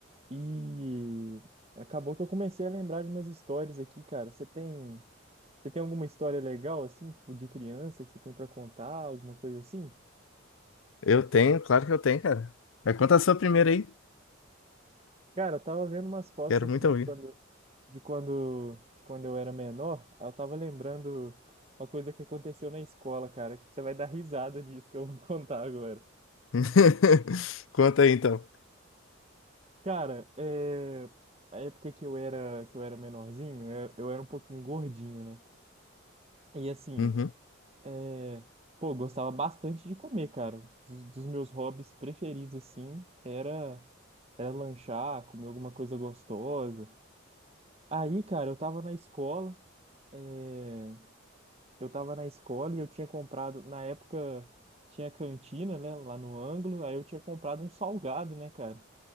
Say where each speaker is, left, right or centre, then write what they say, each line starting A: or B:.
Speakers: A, on the right; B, on the left.
A: e acabou que eu comecei a lembrar de umas histórias aqui, cara. Você tem, você tem alguma história legal, assim, tipo, de criança que você tem pra contar, alguma coisa assim?
B: Eu tenho, claro que eu tenho, cara. Mas conta a sua primeira aí.
A: Cara, eu tava vendo umas fotos
B: Quero
A: aqui
B: muito ouvir.
A: de quando de quando, de quando eu era menor, eu tava lembrando uma coisa que aconteceu na escola, cara. Acho que você vai dar risada disso que eu vou <laughs> contar agora.
B: <laughs> Conta aí, então.
A: Cara, é, a época que eu era, que eu era menorzinho, eu, eu era um pouquinho gordinho, né? E assim,
B: Uhum.
A: é, pô, gostava bastante de comer, cara. Dos, dos meus hobbies preferidos, assim, era, era lanchar, comer alguma coisa gostosa. Aí, cara, eu tava na escola, é, Eu tava na escola e eu tinha comprado, na época tinha cantina, né, lá no ângulo, aí eu tinha comprado um salgado, né, cara?